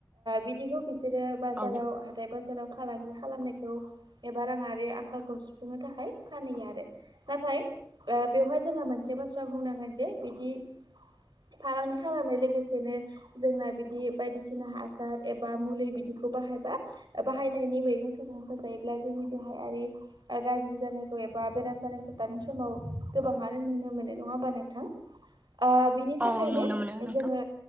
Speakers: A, on the right (about 85°); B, on the right (about 20°).
A: ो बिसोरो बाजाराव
B: औ
A: हाथाय बाजाराव फालांगि खालामनायखौ एबा राङारि आंखालखौ सुफुंनो थाखाय फानैहयो आरो नाथाय बेवहाय जोंहा मोनसे बाथ्रा बुंनांगोन जे बिदि फालांगि खालामनाय लोगोसेनो जोंना बिदि बायदिसिना हासार एबा मुलि बिदिखौ बाहायबा बाहायनायनि मैगं थाइगंफोरो जायोब्ला जोंनि देहायारि गाज्रि जानायखौ एबा बेराम जानायखौ दानि समाव गोबाङानो नुनो मोननाय नङा होमबा नोंथां। ओ बिनि थाखायनो
B: औ नुनो मोनो नोंथां
A: जोङो